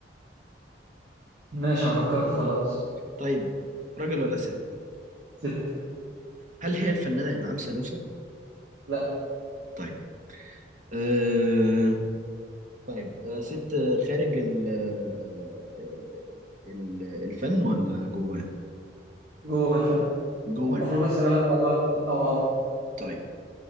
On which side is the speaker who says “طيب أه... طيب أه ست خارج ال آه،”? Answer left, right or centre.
Right